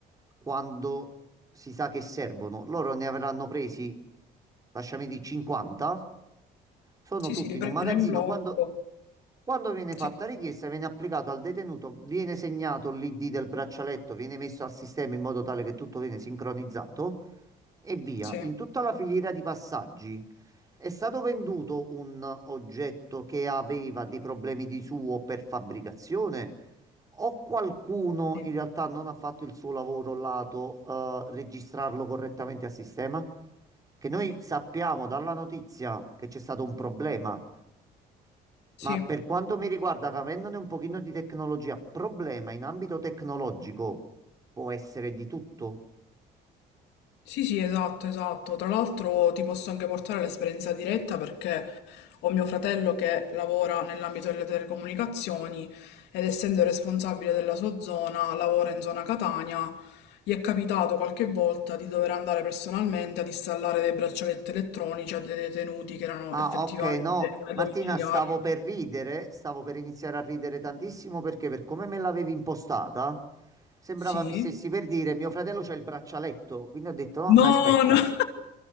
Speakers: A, on the right; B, on the left.
A: quando si sa che servono. Loro ne avranno presi, lasciami dire, 50. Sono
B: Sì,
A: tutti
B: sì, li
A: in
B: prendono
A: un magazzino.
B: in blocco.
A: Quando, quando viene fatta
B: Sì,
A: richiesta, viene applicato al detenuto, viene segnato l'ID del braccialetto, viene messo al sistema in modo tale che tutto viene sincronizzato e via.
B: sì,
A: In tutta la filiera di passaggi è stato venduto un oggetto che aveva dei problemi di suo per fabbricazione o qualcuno
B: sì,
A: in realtà non ha fatto il suo lavoro lato eh, registrarlo correttamente a sistema? Che noi sappiamo dalla notizia che c'è stato un problema.
B: sì,
A: Ma per quanto mi riguarda, che avendone un pochino di tecnologia, problema in ambito tecnologico può essere di tutto.
B: sì, sì, esatto, esatto. Tra l'altro ti posso anche portare l'esperienza diretta perché ho mio fratello che lavora nell'ambito delle telecomunicazioni ed essendo responsabile della sua zona, lavora in zona Catania, gli è capitato qualche volta di dover andare personalmente ad installare dei braccialetti elettronici a dei detenuti che erano
A: Ah,
B: effettivamente
A: ok, no,
B: ai
A: Martina,
B: domiciliari.
A: stavo per ridere, stavo per iniziare a ridere tantissimo perché per come me l'avevi impostata, sembrava
B: Sì.
A: mi stessi per dire mio fratello c'è il braccialetto, quindi ho detto no,
B: No,
A: aspetta.
B: no. <laughs>